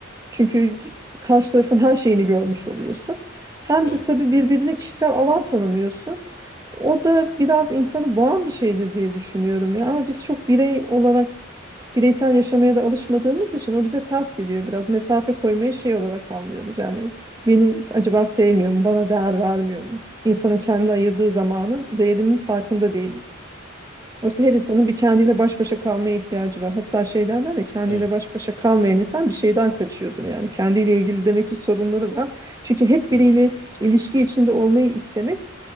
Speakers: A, on the right; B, on the left.
A: Çünkü karşı tarafın her şeyini görmüş oluyorsun. Hem
B: evet,
A: de tabii birbirine kişisel alan tanımıyorsun. O da biraz insanı boğan bir şeydir diye düşünüyorum ya. Ama biz çok birey olarak bireysel yaşamaya da alışmadığımız için o bize ters geliyor biraz. Mesafe koymayı şey olarak anlıyoruz. Yani beni acaba sevmiyor mu, bana değer vermiyor mu? İnsanın kendine ayırdığı zamanın değerinin farkında değiliz. Oysa her insanın bir kendiyle baş başa kalmaya ihtiyacı var. Hatta şey derler ya kendiyle
B: evet, evet,
A: baş başa kalmayan insan bir şeyden kaçıyordur. Yani kendiyle ilgili demek ki sorunları var. Çünkü hep
B: evet.
A: biriyle ilişki içinde olmayı istemek